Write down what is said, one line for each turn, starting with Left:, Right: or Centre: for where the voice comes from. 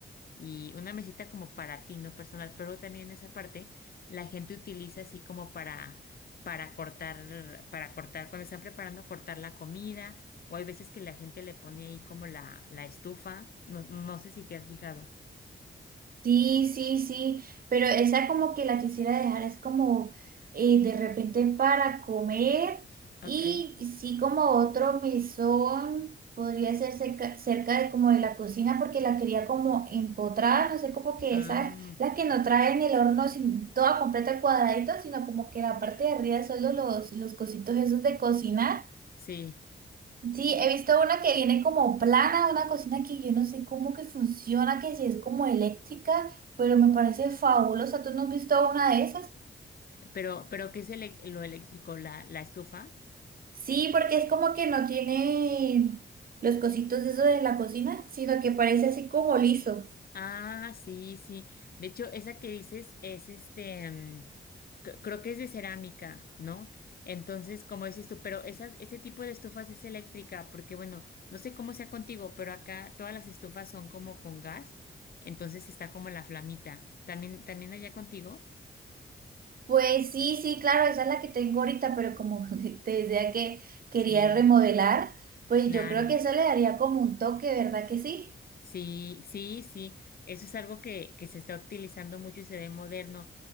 Left: y una mesita como para ti, no personal, pero también en esa parte la gente utiliza así como para, para cortar, para cortar, cuando están preparando, cortar la comida, o hay veces que la gente le pone ahí como la, la estufa, no, no sé si te has fijado.
Right: Sí, sí, sí, pero esa como que la quisiera dejar, es como eh, de repente para comer
Left: Ok.
Right: y sí como otro mesón podría ser cerca, cerca de como de la cocina porque la quería como empotrar, no sé, como que
Left: Ah,
Right: esa la que no trae en el horno sin, toda completa cuadradito, sino como que la parte de arriba solo los, los cositos esos de cocinar.
Left: sí,
Right: Sí, he visto una que viene como plana, una cocina que yo no sé cómo que funciona, que si es como eléctrica, pero me parece fabulosa. ¿Tú no has visto una de esas?
Left: pero, pero ¿qué es el, lo eléctrico? ¿La, la estufa?
Right: Sí, porque es como que no tiene los cositos de eso de la cocina, sino que parece así como liso.
Left: Ah, sí, sí. De hecho, esa que dices es este, mm, cre- creo que es de cerámica, ¿no? Entonces, como dices tú, pero esas, ese tipo de estufas es eléctrica, porque bueno, no sé cómo sea contigo, pero acá todas las estufas son como con gas, entonces está como la flamita. ¿También, también allá contigo?
Right: Pues sí, sí, claro, esa es la que tengo ahorita, pero como <laughs> te decía que quería
Left: Sí,
Right: remodelar, pues
Left: claro.
Right: yo creo que eso le daría como un toque, ¿verdad que sí?
Left: Sí, sí, sí. Eso es algo que, que se está utilizando mucho y se ve moderno.